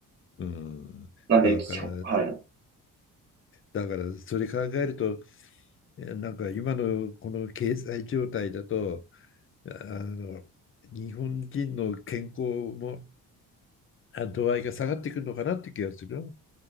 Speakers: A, on the left; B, on the right.
A: うん。うん。
B: なんで、
A: だから、
B: 基本、はい。
A: だからそれ考えると、なんか今のこの経済状態だと、あの日本人の健康もあ度合いが下がってくるのかなって気がするよ。